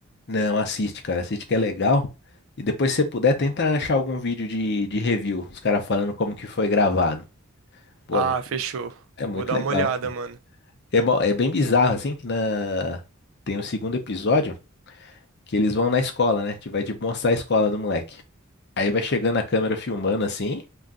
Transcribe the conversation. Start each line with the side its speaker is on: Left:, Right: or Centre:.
Left: Não, assiste, cara, assiste que é legal. E depois, se você puder, tenta achar algum vídeo de, de review, os caras falando como que foi gravado. Pô,
Right: Ah,
Left: é muito,
Right: fechou.
Left: é muito
Right: Vou dar
Left: legal.
Right: uma olhada, mano.
Left: É, mo- é bem bizarro, assim, que na... tem o segundo episódio, que eles vão na escola, né? Te vai, tipo, mostrar a escola do moleque. Aí vai chegando a câmera filmando, assim,